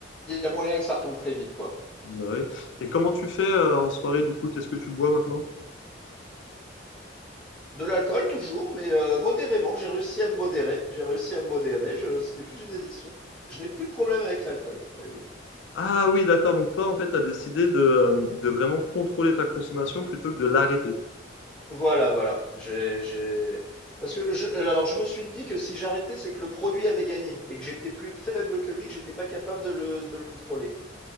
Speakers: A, in the centre; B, on the left.
A: il y a moyen que ça retombe très vite, quoi.
B: Bah oui. Et comment tu fais euh, en soirée du coup? Qu'est-ce que tu bois maintenant?
A: De l'alcool toujours, mais euh, modérément. J'ai réussi à me modérer. J'ai réussi à me modérer. Je, ce n'est plus une addiction. Je n'ai plus de problème avec l'alcool, voyez-vous.
B: Ah oui, d'accord. Donc toi, en fait, t'as décidé de, euh, de vraiment contrôler ta consommation plutôt que de l'arrêter.
A: Voilà, voilà. J'ai, j'ai... Parce que je, alors je me suis dit que si j'arrêtais, c'est que le produit avait gagné et que j'étais plus faible que lui, que j'étais pas capable de le, de le contrôler.